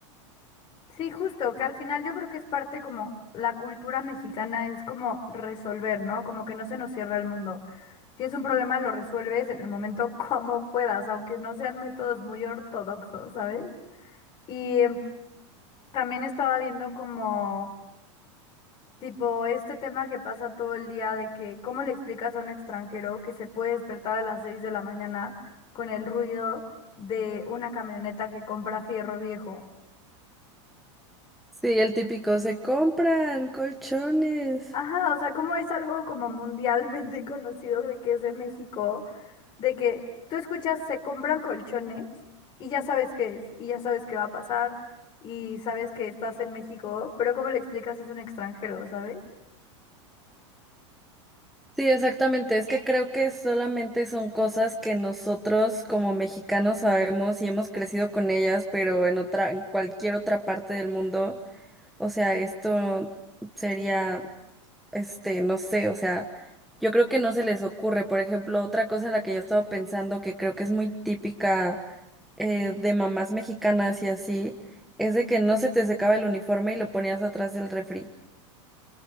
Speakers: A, on the left (about 30°); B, in the centre.
A: Sí, justo, que al final yo creo que es parte como la cultura mexicana es como resolver, ¿no? Como que no se nos cierra el mundo. Tienes un problema, lo resuelves en el momento <laughs> como puedas, aunque no sean métodos muy ortodoxos, ¿sabes? Y em, también estaba viendo como, tipo, este tema que pasa todo el día de que, ¿cómo le explicas a un extranjero que se puede despertar a las 6 de la mañana con el ruido de una camioneta que compra fierro viejo?
B: Sí, el típico, se compran colchones.
A: Ajá, o sea, como es algo como mundialmente <laughs> conocido de que es de México, de que tú escuchas, se compran colchones y ya sabes qué es, y ya sabes qué va a pasar, y sabes que estás en México, pero como le explicas es un extranjero, ¿sabes?
B: Sí, exactamente. Es que creo que solamente son cosas que nosotros como mexicanos sabemos y hemos crecido con ellas, pero en otra, en cualquier otra parte del mundo, o sea, esto sería, este, no sé, o sea, yo creo que no se les ocurre. Por ejemplo, otra cosa en la que yo estaba pensando que creo que es muy típica eh, de mamás mexicanas y así, es de que no se te secaba el uniforme y lo ponías atrás del refri.